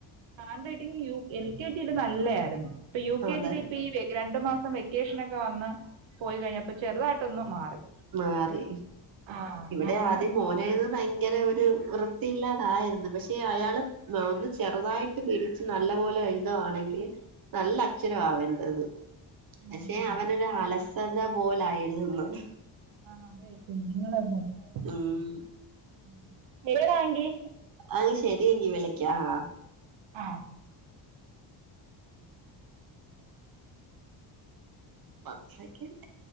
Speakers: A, on the right (about 70°); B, on the right (about 45°).
A: Handwriting U L K ജില് നല്ല ആരുന്നു ഇപ്പൊ യു കെ
B: അതെ
A: ജില് ഇപ്പ ഈ രണ്ട് മാസം വെക്കേഷനൊക്കെ വന്ന് പോയി കഴിഞ്ഞപ്പൊ ചെറുതായിട്ടൊന്ന് മാറി
B: മാറി
A: ആഹ്
B: ഇവടെ
A: ഞാനതിങ്ങനെ
B: ആദ്യം മോനാര്ന്ന്
A: പറഞ്ഞ്
B: ഭയ ഭയങ്കര ഒരു വൃത്തിയില്ലാതായ്ര്ന്നു പക്ഷെ അയാള് ന്ന ഒന്ന് ചെറുതായിട്ട് പിടിച്ച് നല്ല പോലെ എഴുതാണെങ്കി നല്ല അക്ഷര അവൻ്റത് പക്ഷെ
A: ആഹ്
B: അവനൊരു അലസ ന്നാ പോലാ എഴുത് ന്നത്.
A: ആഹ് അതെ കുഞ്ഞുങ്ങളല്ലേ <unintelligible>
B: ഉം
A: എവിടങ്കീ
B: ആയ് ശെരിയെങ്കി വിളിക്കാ ആഹ്.
A: ആഹ്.
B: കൊർച്ചൊക്കേണ്ട്.